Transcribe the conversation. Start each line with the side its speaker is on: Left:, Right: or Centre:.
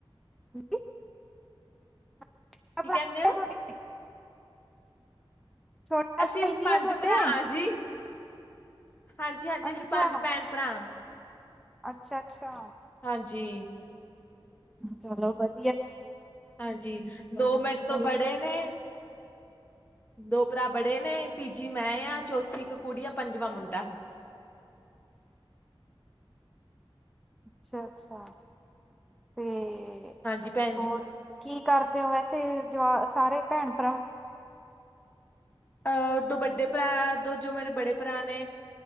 Centre: <inaudible>
Left: ਕੀ ਕਹਿੰਦੇ
Centre: ਤੁਹਾਡੇ
Left: ਹੋ
Centre: ਛੋਟਾ
Left: ਅਸੀਂ
Centre: ਭਾਈ ਵੀ
Left: ਪੰਜ
Centre: ਹੈ ਤੁਹਾਡੇ
Left: ਭਰਾ ਜੀ ਹਾਂਜੀ ਹਾਂਜੀ
Centre: ਅੱਛਾ
Left: ਅਸੀਂ ਪੰਜ ਭੈਣ ਭਰਾ
Centre: ਅੱਛਾ ਅੱਛਾ
Left: ਹਾਂਜੀ।
Centre: ਚਲੋ ਬਸ
Left: ਹਾਂਜੀ ਦੋ ਮਿੰਟ ਤੋਂ ਬੜੇ ਨੇ ਦੋ ਭਰਾ ਬੜੇ ਨੇ ਤੀਜੀ ਮੈਂ ਆ ਚੌਥੀ ਠੀਕ ਕੁੜੀੀਆਂ ਪੰਜਵਾਂ ਮੁੰਡਾ
Centre: ਅੱਛਾ ਅੱਛਾ ਤੇ ਤੇ
Left: ਹਾਂਜੀ ਭੈਣ
Centre: ਹੋਰ
Left: ਜੀ,
Centre: ਕੀ ਕਰਦੇ ਹੋ ਵੈਸੇ ਜਵਾ ਸਾਰੇ ਭੈਣ ਭਰਾ
Left: ਅਹ ਦੋ ਵੱਡੇ ਭਰਾ ਦੋ ਜੋ ਮੇਰੇ ਬੜੇ ਭਰਾ ਨੇ